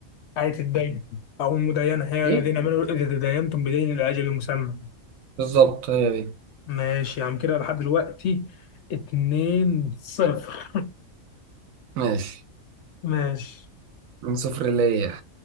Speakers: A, on the left; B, on the right.
A: آية الدين أو المداينة يا
B: ايه
A: الذين آمنوا إذا تداينتم بدين إلى أجل مسمى
B: بالظبط هي دي
A: ماشي يا عم كده لحد دلوقتي 2 صفر
B: ماشي
A: ماشي
B: من صفر ليا